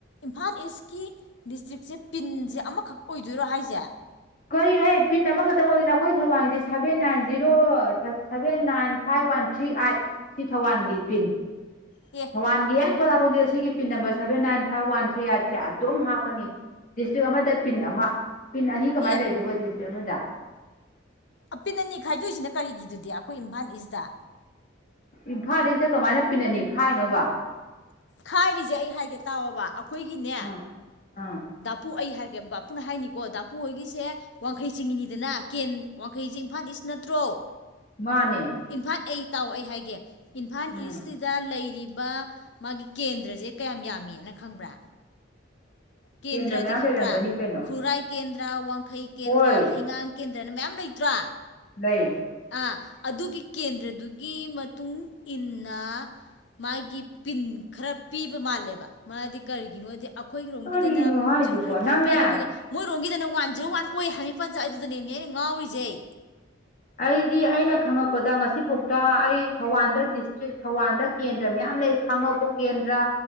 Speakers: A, on the left (about 65°); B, on the left (about 40°).
A: ꯏꯝꯐꯥꯜ ꯏꯁꯀꯤ ꯗꯤꯁꯇ꯭ꯔꯤꯛꯁꯦ ꯄꯤꯟꯁꯦ ꯑꯃꯈꯛ ꯑꯣꯏꯗꯣꯏꯔꯣ ꯍꯥꯏꯁꯦ
B: ꯀꯔꯤꯅꯣ ꯑꯩ ꯄꯤꯟ ꯑꯃꯈꯛꯇꯪ ꯑꯣꯏꯗꯣꯏꯅ ꯑꯩꯈꯣꯏ ꯊꯧꯕꯥꯡꯗꯤ seven nine zero seven nine five one three eight ꯁꯤ ꯊ ꯋꯥꯟꯒꯤ ꯄꯤꯟ
A: ꯌꯦ
B: ꯊꯋꯥꯟꯒꯤ ꯍꯠ ꯄꯣꯊꯥꯄꯗꯤ ꯑꯁꯤꯒꯤ pin number seven nine five one three ꯑꯠꯁꯦ ꯑꯗꯨꯝ ꯍꯥꯞꯀꯅꯤ ꯗꯤꯁꯇ꯭ꯔꯤꯛ ꯑꯃꯗ ꯄꯤꯟ ꯑꯃ ꯄꯤꯟ ꯑꯅꯤ ꯀꯃꯥꯏꯅ
A: ꯑꯦ
B: ꯂꯩꯗꯕꯣ ꯗꯤꯁꯇ꯭ꯔꯤꯛ ꯑꯃꯗ
A: ꯑꯄꯤꯟ ꯑꯅꯤ ꯈꯥꯏꯗꯣꯛꯏꯁꯤꯅ ꯀꯔꯤꯒꯤꯗꯨꯗꯤ ꯑꯩꯈꯣꯏ ꯏꯝꯐꯥꯜ ꯏꯁꯇ
B: ꯏꯝꯐꯥꯜ ꯏꯁꯇ ꯀꯃꯥꯏꯅ ꯄꯤꯟꯅꯅꯤ ꯈꯥꯏꯅꯣꯕ
A: ꯈꯥꯏꯔꯤꯁꯦ ꯑꯩ ꯍꯥꯏꯒꯦ ꯇꯥꯑꯣꯕ ꯑꯩꯈꯣꯏꯒꯤꯅꯦ
B: ꯑꯥ ꯑꯥ
A: ꯄꯨ ꯑꯩ ꯍꯥꯏꯒꯦ ꯕꯥꯄꯨꯅ ꯍꯥꯏꯅꯤꯀꯣ ꯗꯥꯄꯨ ꯍꯣꯏꯒꯤꯁꯦ ꯋꯥꯡꯈꯩ ꯆꯤꯡꯉꯤꯅꯤꯗꯅ ꯀꯦꯟ ꯋꯥꯡꯈꯩꯁꯦ ꯏꯝꯐꯥꯜ ꯏꯁ ꯅꯠꯇ꯭ꯔꯣ
B: ꯃꯥꯅꯦ
A: ꯏꯝꯐꯥꯜ ꯑꯩ ꯇꯥꯎ ꯑꯩ ꯍꯥꯏꯒꯦ ꯏꯝꯐꯥꯜ
B: ꯎꯝ
A: ꯏꯁꯁꯤ ꯗ ꯂꯩꯔꯤꯕ ꯃꯥꯒꯤ ꯀꯦꯟꯗ꯭ꯔꯁꯦ ꯀꯌꯥꯝ ꯌꯥꯝꯃꯦꯅ ꯈꯪꯕ꯭ꯔꯥ ꯀꯦꯟꯗ꯭ꯔꯗꯤ
B: ꯀꯦꯟꯗ꯭ꯔ ꯃꯌꯥꯝ
A: ꯈꯪꯕ꯭ꯔꯥ
B: ꯂꯩꯔꯝꯒꯅꯤ ꯀꯩꯅꯣ
A: ꯈꯨꯔꯥꯏ ꯀꯦꯟꯗ꯭ꯔ ꯋꯥꯡꯈꯩ ꯀꯦꯟꯗ꯭ꯔ
B: ꯍꯣꯏ
A: ꯍꯩꯉꯥꯡ ꯀꯦꯟꯗ꯭ꯔꯅ ꯃꯌꯥꯝ ꯂꯩꯇ꯭ꯔꯣ
B: ꯂꯩ
A: ꯑꯥ ꯑꯗꯨꯒꯤ ꯀꯦꯟꯗ꯭ꯔꯗꯨꯒꯤ ꯃꯇꯨꯡ ꯏꯟꯅ ꯃꯥꯒꯤ ꯄꯤꯟ ꯈꯔ ꯄꯤꯕ ꯃꯥꯜꯂꯦꯕ ꯃꯥꯗꯤ ꯀꯔꯤꯒꯤꯅꯣꯗꯤ ꯑꯩꯈꯣꯏꯒꯤꯔꯣꯝꯒꯤꯗ
B: ꯀꯔꯤꯅꯣ ꯍꯥꯏꯁꯤꯕꯣ
A: ꯖꯦꯔꯣ ꯖꯦꯔꯣ ꯐꯥꯏꯚ
B: ꯅꯪꯅꯦ
A: ꯄꯤ ꯑꯗꯨꯒ ꯃꯣꯏꯔꯣꯝꯒꯤꯗꯅ ꯋꯥꯟ ꯖꯦꯔꯣ ꯋꯥꯟ ꯑꯣꯏ ꯍꯥꯏ ꯁꯔ ꯄꯟꯆꯥꯥꯏꯗꯨꯗꯅꯦꯅꯦꯩꯅ ꯉꯥꯎꯔꯤꯁꯩ
B: ꯑꯩꯗꯤ ꯑꯩꯅ ꯈꯪꯉꯛꯄꯗ ꯉꯁꯤꯐꯥꯎꯗ ꯑꯩ ꯊꯧꯕꯥꯜꯗ ꯗꯤꯁꯇ꯭ꯔꯤꯛ ꯊꯧꯕꯥꯜꯗ ꯀꯦꯟꯗ꯭ꯔ ꯃꯌꯥꯝ ꯂꯩ ꯈꯥꯡꯉꯕꯣꯛ ꯀꯦꯟꯗ꯭ꯔ